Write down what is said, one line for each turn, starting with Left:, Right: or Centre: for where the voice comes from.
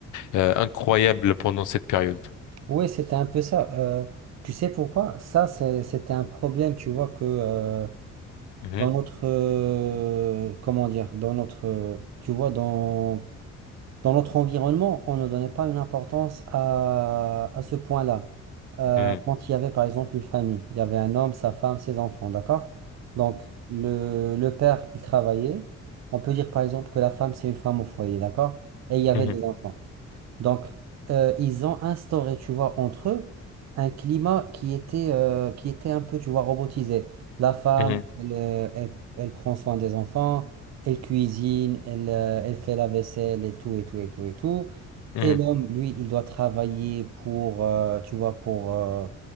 Left: euh, incroyable pendant cette période.
Right: Ouais, c'était un peu ça. Euh, tu sais pourquoi? Ça, c'est- c'était un problème, tu vois, que euh,
Left: Mhm,
Right: dans notre, euh, comment dire, dans notre, euh, tu vois, dans dans notre environnement, on ne donnait pas une importance à, à ce point-là. Euh,
Left: mhm,
Right: quand il y avait par exemple une famille, il y avait un homme, sa femme, ses enfants, d'accord? Donc le, le père, il travaillait. On peut dire par exemple que la femme, c'est une femme au foyer, d'accord? Et il y avait
Left: mhm,
Right: des enfants. Donc, euh, ils ont instauré, tu vois, entre eux, un climat qui était, euh, qui était un peu, tu vois, robotisé. La femme,
Left: mhm,
Right: elle, euh, elle, elle prend soin des enfants, elle cuisine, elle, euh, elle fait la vaisselle et tout, et tout, et tout, et tout.
Left: mhm,
Right: Et l'homme, lui, il doit travailler pour, euh, tu vois, pour, euh,